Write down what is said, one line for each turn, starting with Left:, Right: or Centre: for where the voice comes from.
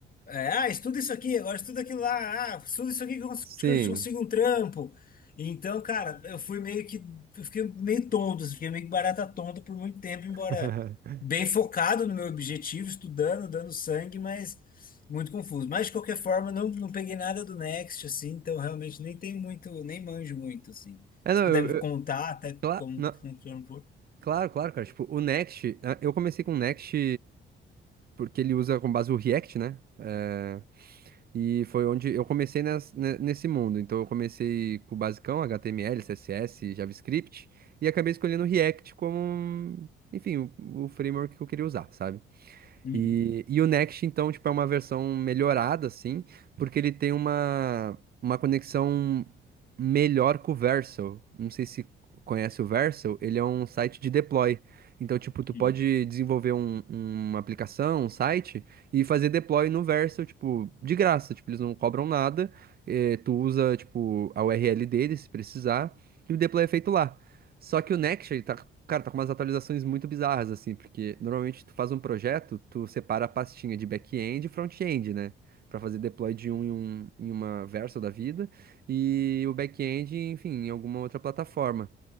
Left: é, ah, estuda isso aqui, agora estuda aquilo lá, ah, estuda isso aqui que eu cons-
Right: Sim.
Left: que eu consigo um trampo. Então, cara, eu fui meio que, eu fiquei meio tonto, assim, fiquei meio que barata tonta por muito tempo, embora
Right: <laughs>
Left: bem focado no meu objetivo, estudando, dando sangue, mas muito confuso. Mas, de qualquer forma, não, não peguei nada do Next, assim, então realmente nem tem muito, nem manjo muito, assim.
Right: É,
Left: Se
Right: não,
Left: puder
Right: eu,
Left: me
Right: eu-
Left: contar até
Right: cla-
Left: como
Right: não,
Left: funciona um pouco.
Right: claro, claro, cara. Tipo, o Next, ah, eu comecei com o Next porque ele usa com base o React, né? É, E foi onde eu comecei nes- ne- nesse mundo. Então eu comecei com o basicão, HTML, CSS, JavaScript, e acabei escolhendo o React como, um- enfim, o, o framework que eu queria usar, sabe?
Left: Uhum,
Right: E, e o Next, então, tipo, é uma versão melhorada, assim, porque ele tem uma, uma conexão melhor com o Vercel. Não sei se conhece o Vercel, ele é um site de deploy. Então, tipo, tu
Left: uhum.
Right: pode desenvolver um- uma aplicação, um site, e fazer deploy no Vercel, tipo, de graça. Tipo, eles não cobram nada, eh, tu usa, tipo, a URL deles, se precisar, e o deploy é feito lá. Só que o Next, ele tá, cara, tá com umas atualizações muito bizarras, assim, porque normalmente tu faz um projeto, tu separa a pastinha de back-end e front-end, né? Pra fazer deploy de um em, um em uma Vercel da vida e o back-end, enfim, em alguma outra plataforma.